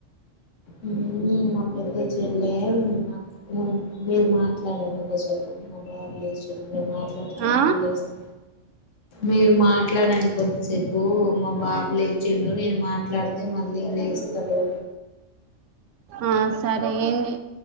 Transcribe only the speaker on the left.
ఉమ్ మా పెద్ద తెల్లే నాక్ నువ్ మీరు మాట్లాడండి కొస్సేపు నా బాబు లేచుండ్ మీరు మాట్లాడుతూ మళ్ళీ
లేస్త మీరు మాట్లాడన్ కొద్. చెప్పు మా బాబు లేచిండు నేను మాట్లాడితే మళ్ళీ లేస్తడు